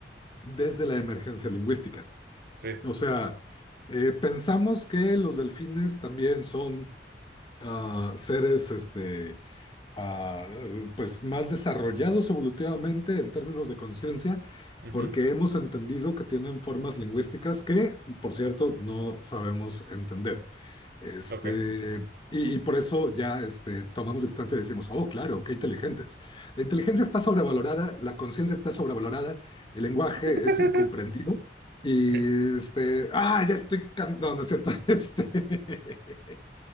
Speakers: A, on the left; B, on the right.
A: desde la emergencia lingüística.
B: Sí.
A: O sea, eh, pensamos que los delfines también son ah, seres este, ah, pues más desarrollados evolutivamente en términos de conciencia,
B: ujú,
A: porque hemos entendido que tienen formas lingüísticas que, por cierto, no sabemos entender. Este,
B: Ok.
A: y, y por eso ya este, tomamos distancia y decimos, oh, claro, qué inteligentes. La inteligencia está sobrevalorada, la conciencia está sobrevalorada, el lenguaje
B: <laughs>
A: es incomprendido. Y
B: Ok.
A: este, ah, ya estoy, can- no, no es cierto, <laughs> este,